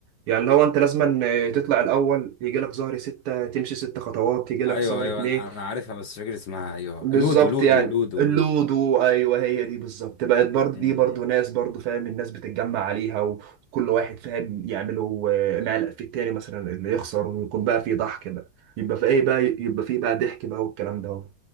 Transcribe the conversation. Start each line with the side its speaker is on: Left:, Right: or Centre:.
Right: يعني اللي هو انت لازما آه، تطلع الاول يجي لك زهر ستة تمشي ست خطوات يجي لك
Left: ايوه
Right: زهر
Left: ايوه
Right: اتنين
Left: انا أنا عارفها بس مش فاكر اسمها ايوه
Right: بالظبط
Left: لودو لودو
Right: يعني
Left: لودو
Right: اللودو
Left: لودو
Right: ايوه هي دي بالظبط بقت برضه
Left: م-
Right: دي
Left: م.
Right: برضه ناس برضه فاهم الناس بتتجمع عليها وكل واحد فاهم يعملوا آه، معلق في التاني مثلا اللي يخسر ويكون بقى في ضحك بقى يبقى في ايه بقى يبقى في بقى ضحك بقى والكلام ده